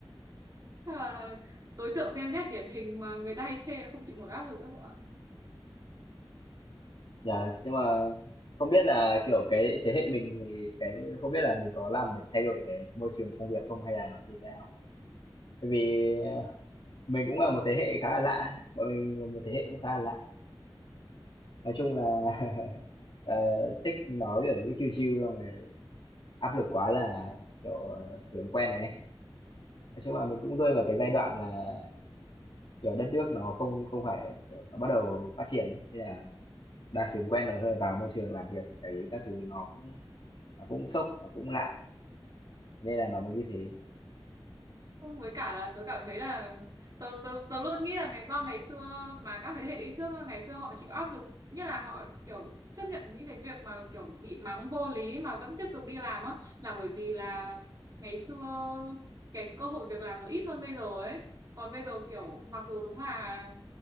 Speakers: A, on the right; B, on the left.
A: Chắc là đối tượng Gen Z điển hình mà người ta hay chê không chịu nổi áp lực đó cậu ạ.
B: Nhờ, nhưng mà không biết là kiểu cái thế hệ mình thì cái không biết là mình có làm để thay đổi cái môi trường công việc không hay là nó như thế nào. Bởi vì ờ, mình cũng là một thế hệ khá là lạ, bọn mình là một thế hệ cũng khá là lạ. Nói chung là <laughs> ờ, thích nói ở cái chill chill xong rồi áp lực quá là kiểu ờ, sướng quen đấy. Nói chung là mình cũng rơi vào cái giai đoạn là kiểu đất nước nó không không phải kiểu nó bắt đầu phát triển ấy nên là đa số quen rồi thôi vào môi trường làm việc ấy các thứ nó cũng nó cũng sốc, nó cũng lạ, nên là nó mới như thế.
A: Không, với cả là tớ cảm thấy là tớ, tớ, tớ luôn nghĩ là ngày do ngày xưa mà các thế hệ đi trước á, ngày xưa họ chịu áp lực nghĩa là họ kiểu chấp nhận những cái việc mà kiểu bị mắng vô lý mà vẫn tiếp tục đi làm á là bởi vì là ngày xưa cái cơ hội việc làm nó ít hơn bây giờ ấy còn bây giờ kiểu mặc dù đúng là